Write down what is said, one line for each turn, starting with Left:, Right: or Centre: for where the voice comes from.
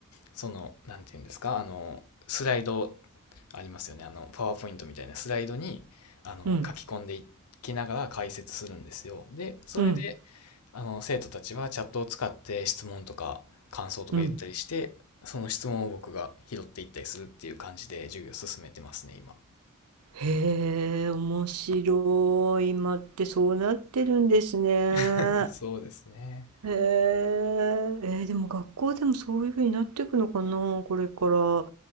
Left: その、なんていうんですか、あの、スライドありますよね。あの、パワーポイントみたいなスライドに、あの、
Right: うん
Left: 書き込んでいきながら解説するんですよ。で、それで、
Right: うん
Left: あの、生徒たちはチャットを使って質問とか感想とか言ったりして、
Right: うん。
Left: その質問を僕が拾っていったりするっていう感じで授業を進めてますね、今。
Right: へえ、面白い。今ってそうなってるんですね。
Left: <laughs> そうですね。
Right: へえ、えーでも学校でもそういうふうになっていくのかな、これから。